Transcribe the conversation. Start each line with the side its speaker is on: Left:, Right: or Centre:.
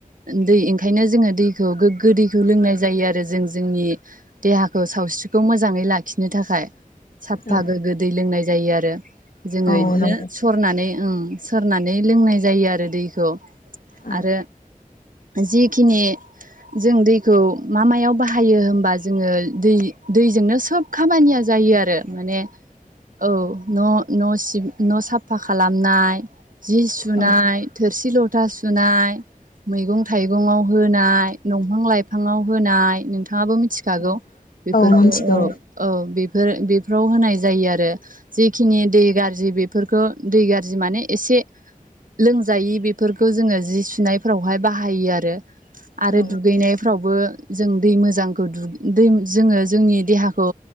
Right: दै ओंखायनो जोङो दैखौ गोग्गो दैखौ लोंनाय जायो आरो जों जोंनि देहाखौ सावस्रि खौ मोजाङै लाखिनो थाखाय। साफा
Left: औ
Right: गोग्गो दै लोंनाय जायो आ रो। जोङो
Left: औ
Right: इदिनो
Left: नंगौ
Right: सरनानै ओं सोरनानै लोंनाय जायो आरो दैखौ
Left: औ
Right: आरो जिखिनि जों दैखौ मा मायाव बाहायो होनबा जोङो दै दैजोंनो सोब खामानिया जायो आरो। माने औ न' न' सिब न' साफा खालामनाय जि सुनाय
Left: औ
Right: थोरसि ल था सुनाय, मैगं थाइगं आव होनाय, दंफां लाइफां आव होनाय नों थाङाबो मिथिखागौ।
Left: औ
Right: बेफोरखौ
Left: मिथिगौ
Right: औ औ बेफोर बे फ्राव होनाय जायो आरो जिखिनि दै गाज्रि बेफोरखौ दै गाज्रि माने एसे लोंजायि बेफोरखौ जोङो जि सुनायफोरावहाय बाहायो आरो। आरो
Left: औ
Right: दुगैनायफ्रावबो जों दै मोजांखौ दुगै दै जोङो जोंनि देहाखौ